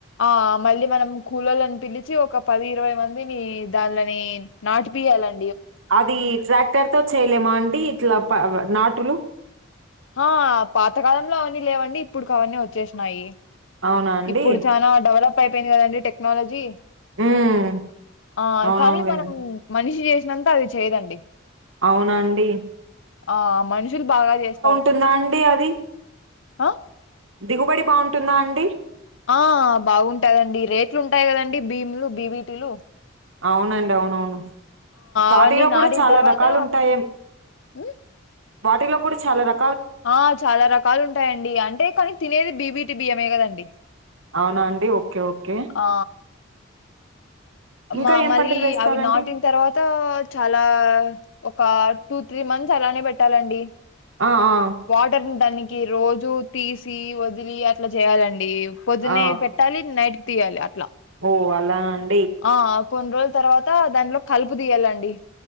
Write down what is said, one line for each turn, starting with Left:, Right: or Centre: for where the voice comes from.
Left: ఆ మళ్ళీ మనం కొల్లోళ్ళను పిలిచి ఒక పది ఇరవై మందిని దాండ్లని నాటి పియాలన్
Right: అది ట్రాక్టర్ తో చేయలేమా అండి ఇట్లా ప నాటులు
Left: ఆ పాతకాలంలో అవన్నీ లేవండి ఇప్పుడుకి అవన్నీ వచ్చేసినాయి
Right: అవునా అండి
Left: ఇప్పుడు చానా డెవలప్ అయిపోయింది కదండి టెక్నాలజీ
Right: హ్మ్
Left: ఆ
Right: అవునవునులేండి
Left: కానీ మనం మనిషి చే చేసినంత అది చేయదండి
Right: అవునండి.
Left: ఆ మనుషులు బాగా చేస్
Right: ఉంటుందా అండి అది
Left: ఆ
Right: దిగుబడి బాగుంటుందా అండి
Left: ఆ బాగుంటాదండి రేట్లు ఉంటాయి కదండి భీములు బీవిటీలు
Right: అవునండి అవునవును వాటిలో
Left: అవన్నీ నాటిన
Right: కూడా చాలా
Left: తర్వాత
Right: రకాలు ఉంటా ఎం
Left: ఉమ్
Right: వాటిలో కూడా చాలా ర
Left: ఆ చాలా రకాలు ఉంటాయండి అంటే కానీ తినేది బిబిటి బియ్యమే కదండి
Right: అవునా అండి ఓకే ఓకే
Left: ఆ
Right: ఇంకా
Left: మా
Right: ఏం
Left: మళ్ళీ
Right: పంటలు వేస్తారండి?
Left: అవి నాటిన తర్వాత చాలా ఒక టూ త్రీ మంత్స్ అలానే పెట్టాలండి
Right: ఆ ఆ
Left: వాటర్న్ దాని కి రోజు తీసి వదిలి అట్లా చేయాలండి పొద్దునే
Right: ఆ
Left: పెట్టాలి నైట్ తీయాలి అట్లా
Right: ఓ అలాన్
Left: ఆ కొన్ని రోజుల తర్వాత దాంట్లో కలుపు తీయాలండి.